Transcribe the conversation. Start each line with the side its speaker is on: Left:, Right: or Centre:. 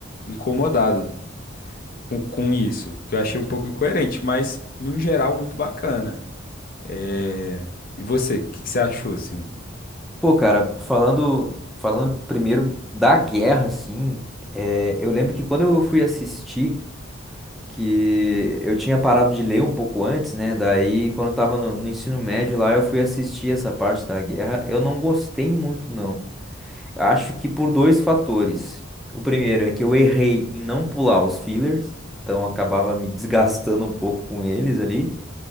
Left: incomodado com, com isso, porque eu achei um pouco incoerente, mas no geral muito bacana. É, E você, o que, que você achou assim?
Centre: Pô, cara, falando, falando primeiro da guerra, assim, é, eu lembro que quando eu fui assistir, que eu tinha parado de ler um pouco antes, né? Daí, quando eu tava no, no ensino médio lá, eu fui assistir essa parte da guerra. Eu não gostei muito, não. Acho que por dois fatores. O primeiro é que eu errei em não pular os fillers, então eu acabava me <laughs> desgastando um pouco com eles ali.